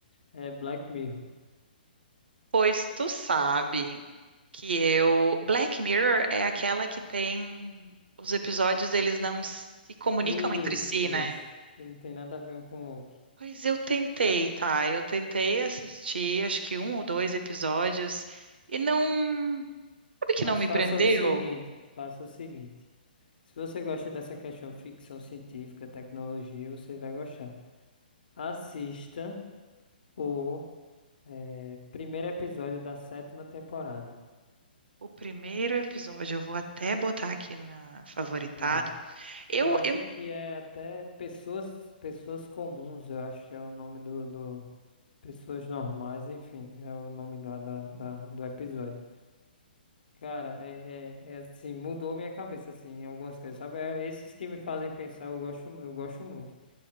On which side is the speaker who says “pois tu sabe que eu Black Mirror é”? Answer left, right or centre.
Right